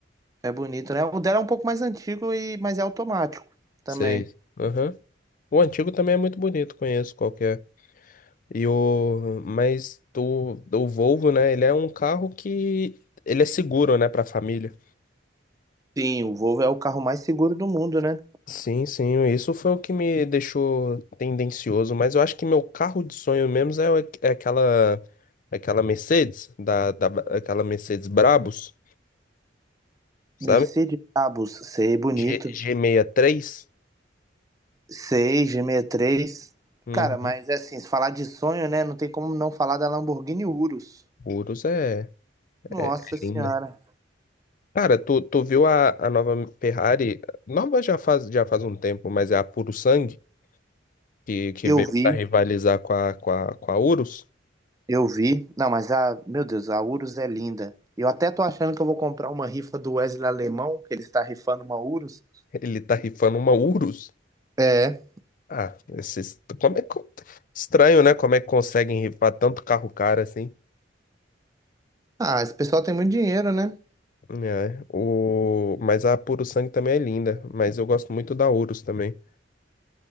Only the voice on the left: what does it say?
Sei. Aham. O antigo também é muito bonito, conheço qualquer. E o mas o, o Volvo, né, ele é um carro que ele é seguro, né, para família.
Sim, sim, isso foi o que me deixou tendencioso, mas eu acho que meu carro de sonho mesmo é, o- é aquela aquela Mercedes da, da aquela Mercedes Brabus, sabe?
G, G63.
Uhum.
Urus é,
é, é
linda. Cara, tu, tu viu a, a nova Ferrari? Nova já faz, já faz um tempo, mas é a Puro Sangue, que, que
veio
pra rivalizar com a, com a, com a Urus.
Ele tá rifando uma Urus.
Ah, esses, como é que, estranho, né? Como é que conseguem rifar tanto carro caro assim?
É, o, mas a Puro Sangue também é linda, mas eu gosto muito da Urus também.